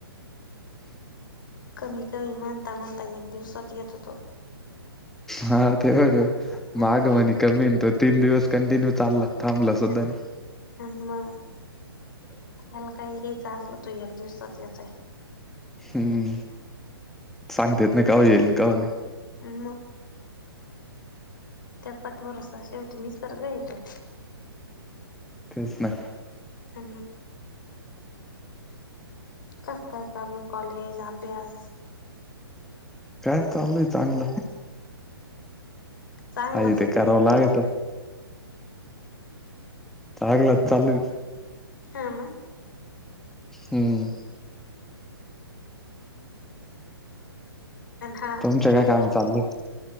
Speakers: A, on the left (about 55°); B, in the centre.
A: कमी कमी मानता माणता एक दिवसात येत होतो.
B: हा तेव देव
A: आणि
B: माग
A: मग
B: म्हणे कमी त तीन दिवस कंटिन्यू चालला. थांबला सुद्धा
A: ह
B: नाही
A: आमा याला काय यायचं असल तो या दिवसात याचाय
B: हम्म सांगतेेत ना का येईल का नाही
A: ह् मग त्याचा भरोसा शेवटी निसर्ग येतो
B: तेच ना
A: ह का का चालू कॉलेज अभ्यास
B: काय चाललंय चांगलं
A: चांगलाच
B: य ते कराव लागत चगला चचाल
A: ह म
B: हम्म
A: हा
B: तुमच्या काय
A: भैया
B: काम चाललंय